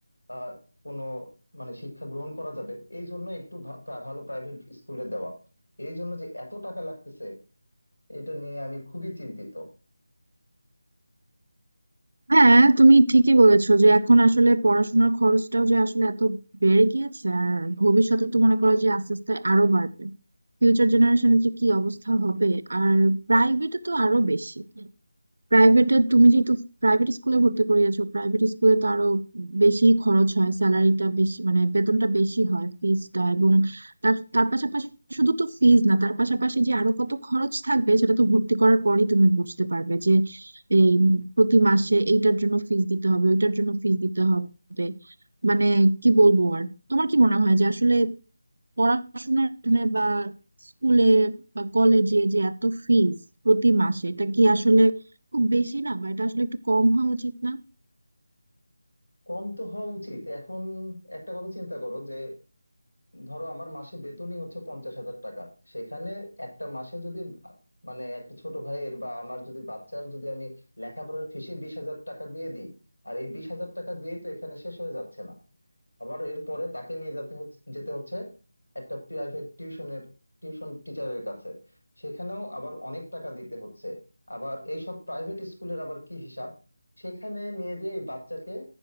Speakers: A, on the left; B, on the right.
A: আহ কোনো মানে শিক্ষা গ্রহণ করা যাবে এই জন্য একটু ভা- প্রা- ভালো প্রাইভেট স্কুলে দেওয়া এই জন্য যে এত টাকা লাগতেছে এটা নিয়ে আমি খুবই চিন্তিত
B: হ্যাঁ তুমি ঠিকই বলেছো যে এখন আসলে পড়াশোনার খরচটাও যে আসলে এত বেড়ে গিয়েছে আর ভবিষ্যতে তো মনে করো যে আস্তে আস্তে আরো বাড়বে ফিউচার জেনারেশনের যে কি অবস্থা হবে আর প্রাইভেটে তো আরো বেশি প্রাইভেটে তুমি যেহেতু প্রাইভেট স্কুলে ভর্তি করিয়েছো প্রাইভেট স্কুলে তো আরো বেশি খরচ হয় স্যালারিটা বেশি মানে বেতনটা বেশি হয় ফিজটা এবং তার তার পাশাপাশি শুধু তো ফিজ না তার পাশাপাশি যে আরো কত খরচ থাকবে সেটা তো ভর্তি করার পরেই তুমি বুঝতে পারবে যে এই প্রতি মাসে এইটার জন্য ফিজ দিতে হবে ওইটার জন্য ফিজ দিতে হবে মানে কি বলবো আর তোমার কি মনে হয় যে আসলে পড়াশোনার জন্য বা স্কুলে বা কলেজে যে এত ফিজ প্রতি মাসে এটা কি আসলে খুব বেশি না বা এটা আসলে একটু কম হওয়া উচিত না
A: কম তো হওয়া উচিত এখন একটা কথা চিন্তা করো যে ধরো আমার মাসে বেতনই হচ্ছে পঞ্চাশ হাজার টাকা সেখানে একটা মাসে যদি আ- মানে একটা ছোট ভাইয়ের বা আমার যদি বাচ্চার যদি আমি লেখাপড়ার ফিসে বিশ হাজার টাকা দিয়ে দিই আর এই বিশ হাজার টাকা দিয়েই তো এখানে শেষ হয়ে যাচ্ছে না আবার এরপরে তাকে নিয়ে যেতে হচ্ছে যেতে হচ্ছে একটা প্রাইভেট টিউশনের টিউশন টিচারের কাছে সেখানেও আবার অনেক টাকা দিতে হচ্ছে আবার এইসব প্রাইভেট স্কুলের আবার কি হিসাব সেখানে নিয়ে যে এই বাচ্চাকে